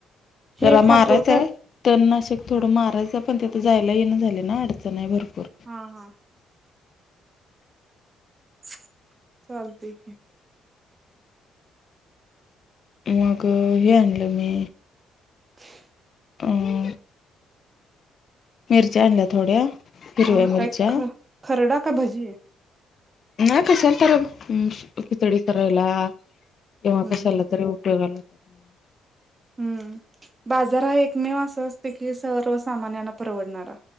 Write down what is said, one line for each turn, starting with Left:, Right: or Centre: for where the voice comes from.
Left: जरा
Right: हे
Left: मारायचाय.
Right: फास्टर काट
Left: तननाशक थोडं
Right: हा
Left: मारायचं पण तथं जायला येई ना झाले ना अडचण नाही भरपूर.
Right: हा-हा. <unintelligible> चालतय कि.
Left: मग हे आणलं मी
Right: <inaudible> <unintelligible>
Left: अं मिरच्या आणल्या थोड्या. हिरव्या
Right: हा,
Left: मिरच्या
Right: काय ख, खरडा का भजी.
Left: नाही कशाला करेल, हम्म खिचडी करायला. तेव्हा
Right: हम्म
Left: कशाला
Right: हम्म
Left: तरी उपयोगाला येतात
Right: हम्म, बाजार हा एकमेव असा असतो की, सर्व सामान्यांना परवडणारा.